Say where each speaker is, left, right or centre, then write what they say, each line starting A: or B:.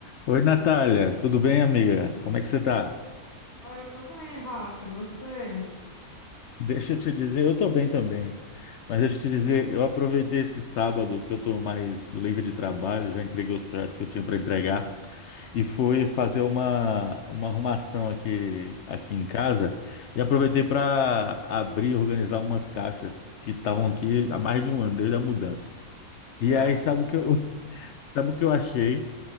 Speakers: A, on the left; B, on the left.
A: Oi, Natália, tudo bem, amiga? Como é que você tá?
B: Ah, eu tô bem, Rafa. E você?
A: Deixa eu te dizer, eu tô bem também, mas deixa eu te dizer, eu aproveitei esse sábado que eu tô mais livre de trabalho, já entreguei os projetos que eu tinha para entregar e fui
B: Legal.
A: fazer uma, uma arrumação aqui, aqui em casa e aproveitei para abrir e organizar umas caixas que estavam aqui há mais de um ano, desde a mudança. E
B: Ah,
A: aí, sabe o que eu, <laughs> sabe o que eu achei?